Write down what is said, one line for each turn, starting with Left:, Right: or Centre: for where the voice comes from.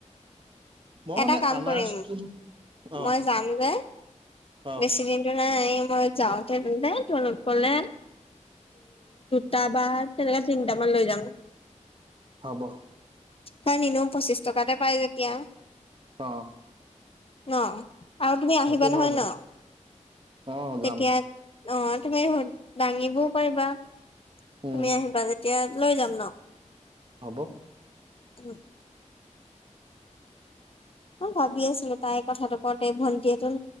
Right: মই মানে
Left: এটা কাম
Right: আনাৰসটো
Left: কৰিম
Right: অ
Left: মই যাম যে
Right: অ
Left: বেছি দিন নাই মই যাওঁতে <unintelligible> কলে তাপা তেনেকে তিনিটামান লৈ যাম।
Right: হ'ব
Left: কাৰণ নিনু পঁচিশ টকাতে পাই যেতিয়া।
Right: অ
Left: ন আৰু তুমি আহিবা
Right: সেইটো
Left: নহয়
Right: হয় বাৰু
Left: ন
Right: অ
Left: তেতিয়া
Right: যাম
Left: অ তুমি দাঙিবও পাৰিবা। তুমি
Right: উম
Left: আহিবা তেতিয়া লৈ যাম ন।
Right: হ'ব
Left: <unintelligible> অ ভাবি আছিলো তাই কথাটো কওতে ভন্টিহেতন